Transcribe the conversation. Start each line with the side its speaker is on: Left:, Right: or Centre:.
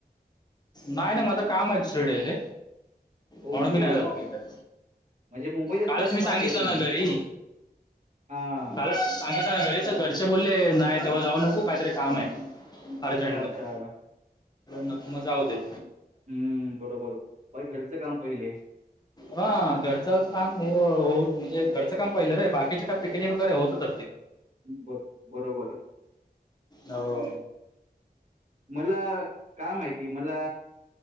Left: नाहीय ना मझ काम आहेत शेड रे म्हणून
Right: ओके
Left: मी नाही जातो त
Right: म्हणजे मुंबईत असणार
Left: कालच
Right: का
Left: मी सांगितलं
Right: बाहेर असणार
Left: ना घरी
Right: हा
Left: काला सांगितता ना घरी तर घरचे बोलले नाही तेव्हा जाऊ नको काहीतरी काम आहे. अर्जंट
Right: अच्छा अच्छा
Left: मध्ये न मग जाऊ देल
Right: हम्म बरोबर बाई घरचं काम पहिलेय.
Left: हा घरचं काम हो म्हणजे घरचं काम पहिलं रे बाकीचे काय पिकनिक वगैरे होत त
Right: बर. बरोबर.
Left: हो.
Right: मला का माहिती मला